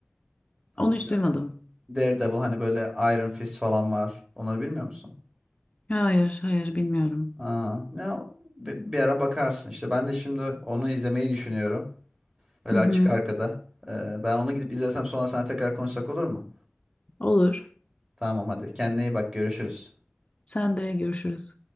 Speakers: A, on the left; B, on the right.
A: Onu
B: Bilmiyorum.
A: hiç duymadım.
B: Daredevil hani böyle Iron Fist falan var. Onları bilmiyor musun?
A: Hayır hayır bilmiyorum.
B: Aa, ne o- bi- bir, ara bakarsın işte. Ben de şimdi onu izlemeyi düşünüyorum. Öyle
A: Hı hı.
B: açık arkada. Ee, ben onu gidip izlesem sonra sana tekrar konuşsak olur mu?
A: Olur.
B: Tamam hadi. Kendine iyi bak. Görüşürüz.
A: Sen de görüşürüz.